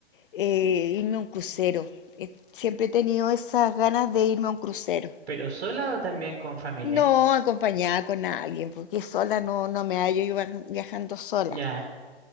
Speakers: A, on the left; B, on the right.
A: eh, irme a un crucero. Eh, Siempre he tenido esas ganas de irme a un crucero.
B: ¿Pero sola o también con familia?
A: No, acompañada con alguien, porque sola no, no me hallo yo viaj- viajando sola.
B: Ya.